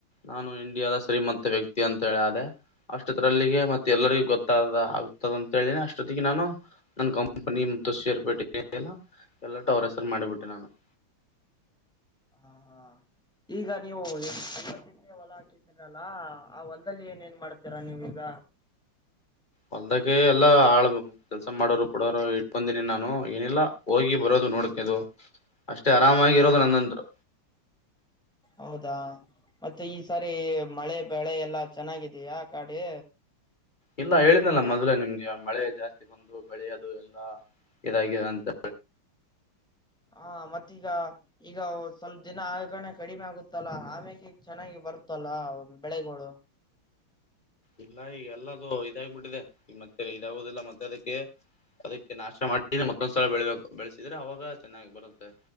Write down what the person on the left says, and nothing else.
ನಾನು ಇಂಡಿಯಾದ ಶ್ರೀಮಂತ ವ್ಯಕ್ತಿ ಅಂತ ಹೇಳಾದೆ. ಅಷ್ಟತ್ರಲ್ಲಿಗೆ ಮತ್ತೆ ಎಲ್ಲರಿಗೂ ಗೊತ್ತ ಅತ ಆಗ್ತದ ಅಂತ ಹೇಳಿನನೆ ಅಷ್ಟೊತ್ತಿಗೆ ನಾನು. ನನ್ ಕಂಪನಿ ಮತ್ತು ಶೇರ್ ಪೇಟಿಕೆಲ್ಲ ಎಲ್ಲ ಟು ಅವರ್ ಹೆಸ್ರು ಮಾಡಿಬಿಟ್ಟೆ ನಾನು. <inaudible>
ಹೊಲ್ದಕ್ಕೆ ಎಲ್ಲಾ ಆಳ ಕೆಲ್ಸ ಮಾಡೋರು ಬಿಡೋರು <unintelligible> ಬಂದಿನಿ ನಾನು ಏನಿಲ್ಲ ಹೋಗಿ ಬರೋದು ನೋಡ್ಕದು. ಅಷ್ಟೇ ಆರಾಮಾಗಿ ಇರೋದು ನನ್ನಂತರು.
ಇಲ್ಲ ಹೇಳಿದ್ನಲ್ಲ ಮೊದ್ಲೇ ನಿಮ್ಗೆ ಮಳೆ ಜಾಸ್ತಿ ಬಂದು ಬೆಳೆಯದು ಎಲ್ಲಾ. ಇದಾಗಿದೆ ಅಂತ
ಇಲ್ಲ ಈಗ ಎಲ್ಲದು ಇದಾಗಿಬಿಟ್ಟಿದೆ ಈಗ ಮತ್ತೆ ಇದಾಗುದಿಲ್ಲ ಮತ್ತೆ ಅದಕ್ಕೆ. ಅದಕ್ಕೆ ನಾಶ ಮಾಡಿದೆ ಮತ್ತೊಂದ್ ಸಲ ಬೆಳಿಬೇಕು. ಬೆಳಸಿದ್ರೆ ಅವಾಗ ಚೆನ್ನಾಗ್ ಬರುತ್ತೆ